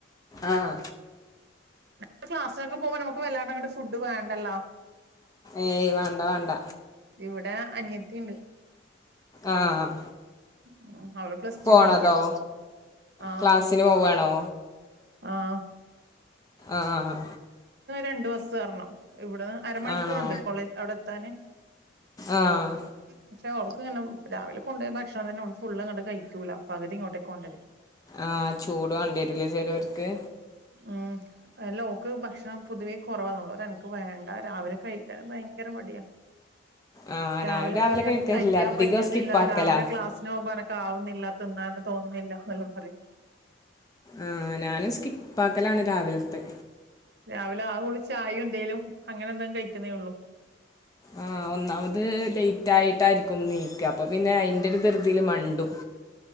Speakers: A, on the left; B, on the right.
A: ആഹ
B: ഇപ്പൊ ക്ലാസി നോക്കെ പോകുമ്പോ നമുക്ക് വല്ലാണ്ട അങ്ങട്ട് ഫുഡ് വേണ്ടല്ലോ
A: ഏയ് വാണ്ട വാണ്ട.
B: ഇവിടെ അനിയത്തിണ്ട്
A: ആഹ്
B: ം. അവള് പ്ലസ്ട്ടറ്റുന്
A: പോണതോ
B: പടിക്കാ ആ.
A: ക്ലാസ്സിന് പോവാണോ
B: ആഹ്
A: ആഹഹാ.
B: രണ്ടുബസ്സ് കേറണം. ഇവിടെന്ന് അരമണിക്കൂർണ്ട്
A: ആണോ
B: കോളേജ് അവിടെത്താന്.
A: ആഹ്
B: പക്ഷെ ഓൾക്ക് ഇങ്ങനെ രാവിലെ കൊണ്ടോയ ഭക്ഷണം തന്നെ ഫുള് ഇങ്ങണ്ട് കഴിക്കൂല്ല പകുതി ഇങ്ങോട്ടേക്ക് കൊണ്ട രും.
A: ആ ചൂട് വാണ്ടിരുല്ലേ ചെ ലോര്ക്ക്.
B: ആ അല്ല ഓൾക്ക് ഭക്ഷണം പൊതുവെ കോറവാള്ളൂന്നോള്ളു ഓള് പറിം എനക്ക് വേണ്ട രാവിലെ കഴിക്കാനും ഭയങ്കര മടിയാ.
A: ആഹ്
B: രാവിലെ
A: ഞാനും
B: പറയാ
A: കഴിക്കാറില്ല
B: എനിക്ക് കഴിക്കാൻ
A: അധികം
B: പറ്റുന്നില്ല
A: സ്കിപ്പാക്കലാ
B: രാവിലെ ക്ലാസ്സിന് പോകുമ്പോ ആവുന്നില്ല തിന്നാന തോന്നുന്നില്ല എന്നെല്ലാം പറിം.
A: ആ ഞാനും സ്കിപ്പാക്കലാണ് രാവിലത്തെ.
B: രാവിലെ ആക ഓള് ചായയും എന്തേലും അങ്ങനെ എന്തെങ്കിലും കഴിക്കുന്നേ ഉള്ളൂ.
A: ആ. ഒന്നാമത് ലേറ്റ് ആയിട്ടായിരിക്കും നീക്ക അപ്പൊ പിന്നെ അയിന്റെ രു ത്ർതീൽ മണ്ടും.